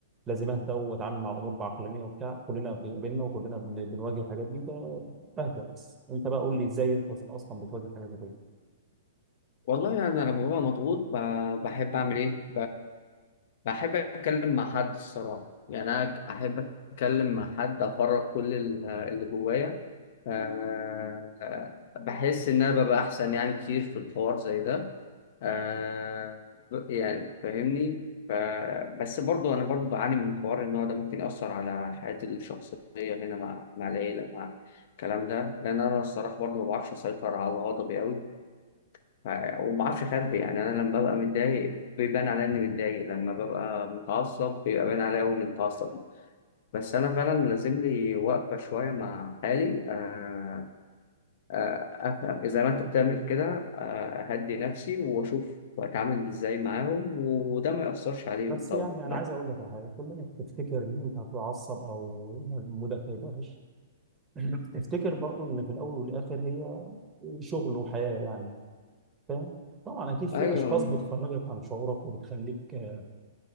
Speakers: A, on the right; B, on the left.
A: لازم اهدى واتعامل مع الامور بعقلانيه وبتاع كلنا بيقابلنا وكلنا بن- بنواجه الحاجات دي فبهدى بس انت بقى قول لي ازاي انت اصلا بتواجه حاجه زي كده
B: والله انا يعني لما ببقى مضغوط ب- بحب اعمل ايه بحب أتكلم مع حد الصراحة يعني أنا أحب أتكلم مع حد أفرغ كل ال- اللي جوايا أه آه، بحس إن أنا ببقى أحسن يعني كتير في الحوار زي ده أه ب- يعني فاهمني ف- بس برضو أنا برضو بعاني من حوار إن هو ده ممكن يأثر على حياتي الشخصية هنا مع مع العيلة مع الكلام ده لأن أنا الصراحة برضو ما بعرفش أسيطر على غضبي أوي ف- وما اعرفش اخبي يعني انا لما ببقى متضايق بيبان عليا اني متضايق لما ببقى متعصب بيبقى باين عليا أوي اني متعصب بس انا فعلا لازم لي وقفه شويه مع حالي آه، آه، افهم زي ما انت بتعمل كده آه، اهدي نفسي واشوف اتعامل ازاي معاهم وده ما ياثرش عليهم
A: بس
B: طبعا
A: يعني انا
B: بس.
A: عايز اقول لك على حاجه كلنا بتفتكر ان انت هتتعصب او مودك هيبقى وحش <clears throat> افتكر برضو ان في الاول والاخر هي شغل وحياه يعني فاهم طبعا اكيد في
B: ايوه
A: اشخاص بتخرجك عن شعورك وبتخليك آه،